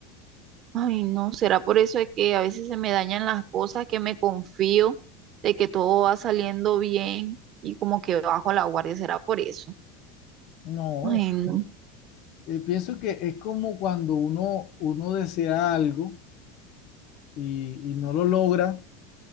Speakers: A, on the right; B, on the left.
A: Ay, no, será por eso de que a veces se me dañan las cosas, que me confío de que todo va saliendo bien y como que bajo la guardia, será por eso.
B: No,
A: Ay, no.
B: Eh, pienso que es como cuando uno, uno desea algo y, y no lo logra,